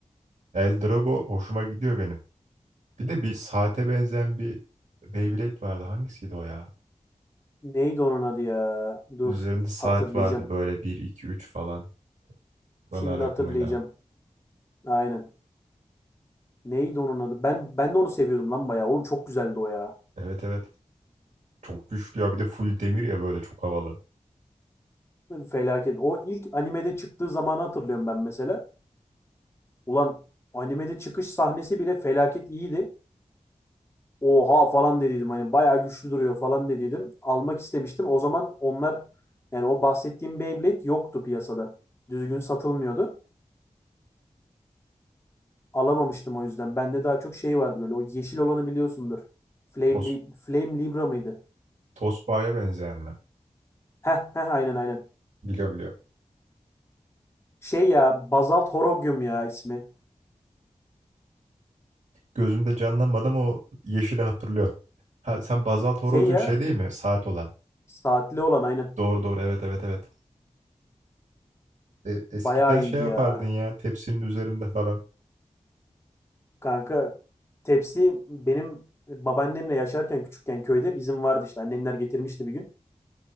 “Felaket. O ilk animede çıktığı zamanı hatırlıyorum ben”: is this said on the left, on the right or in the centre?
Left